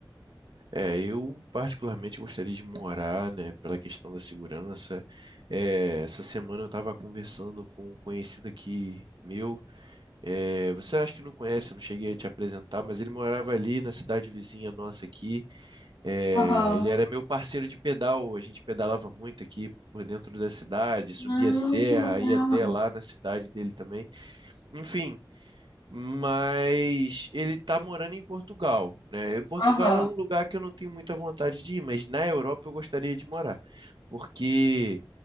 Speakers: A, on the right; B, on the left.
A: É, eu particularmente gostaria de morar, né, pela questão da segurança. É, essa semana eu estava conversando com um conhecido aqui meu. É, você acha que não conhece, eu não cheguei a te apresentar, mas ele morava ali na cidade vizinha nossa aqui. É,
B: Aham.
A: ele era meu parceiro de pedal, a gente pedalava muito aqui por dentro da cidade, subia
B: Ah,
A: a serra,
B: que legal.
A: ia até lá na cidade dele também. Enfim, mas ele tá morando em Portugal, né? E Portugal
B: Aham.
A: é um lugar que eu não tenho muita vontade de ir, mas na Europa eu gostaria de morar, porque,